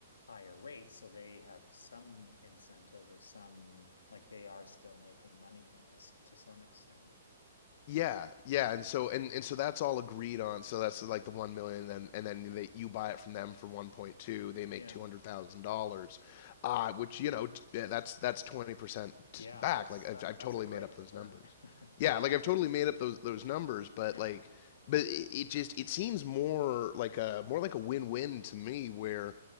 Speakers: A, on the left; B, on the left.
A: higher rates. So they have some incentive or some like they are still making money from this to some extent.
B: Yeah, yeah, and so and, and so that's all agreed on. So that's like the one million, and and then they, you buy it from them for one point two. They make
A: Yeah.
B: two hundred thousand dollars, uh, which you know t- yeah, that's that's twenty percent
A: Yeah,
B: back.
A: that's
B: Like
A: that
B: I've I've
A: that's
B: totally
A: a great
B: made up
A: return.
B: those numbers.
A: <laughs>
B: Yeah, like I've totally made up those those numbers, but
A: Yeah.
B: like but it, it just it seems more like a more like a win win to me where